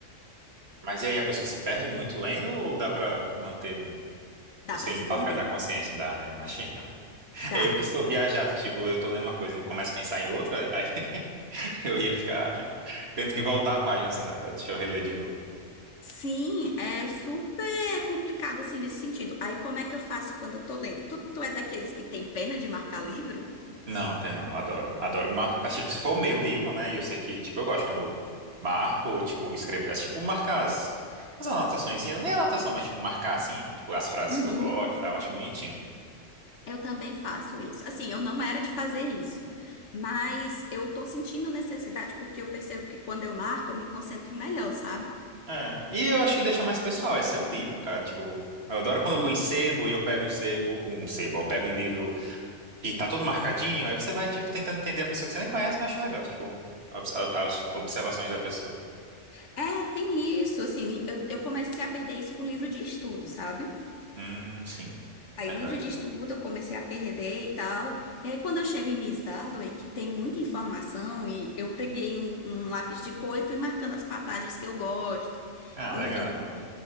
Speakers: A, on the right; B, on the left.
A: Mas e aí a pessoa se perde muito lendo ou dá pra manter um.
B: Dá
A: Você
B: pra se
A: embarca
B: perder.
A: na consciência, dá, né? Imagina. <laughs>
B: Dá.
A: É eu que sou viajado, tipo, eu tô lendo uma coisa e começo a pensar em outra, aí <laughs> eu ia ficar tendo que voltar a página assim, não, agora deixa eu reler de novo.
B: Sim, é super complicado assim nesse sentido. Aí como é que eu faço quando eu tô lendo? Tu, tu é daqueles que tem pena de marcar livro?
A: Não, tem não, adoro. Adoro mar... ah, tipo, se for o meu livro, né? E eu sei que, tipo, eu gosto quando eu marco, ou, tipo, escrever, é, tipo, marcar as, as anotaçõezinhas, nem anotação, mas tipo, marcar assim, tipo, as frases
B: Uhum,
A: que eu gosto, e tal, eu acho bonitinho.
B: eu também faço isso. Assim, eu não era de fazer isso, mas eu tô sentindo necessidade porque eu percebo que quando eu marco, eu me concentro melhor, sabe?
A: É. E eu acho que deixa mais pessoal, é seu livro, cara. Tipo, eu adoro quando
B: Sim.
A: eu vou em sebo e eu pego um sebo, um sebo, eu pego um livro e tá todo marcadinho, aí você vai, tipo, tentando entender a pessoa que você nem conhece, eu acho legal, tipo, obs- a- as observações da pessoa.
B: É, é, tem isso. Assim, eu, eu comecei a perder isso com livro de estudo, sabe?
A: Hum, sim,
B: Aí,
A: verdade.
B: livro de estudo, eu comecei a perder e tal. E aí, quando eu chego em Miss Dalloway, que tem muita informação, e eu peguei um, um lápis de cor e fui marcando as passagens que eu gosto.
A: Ah,
B: Enfim,
A: legal.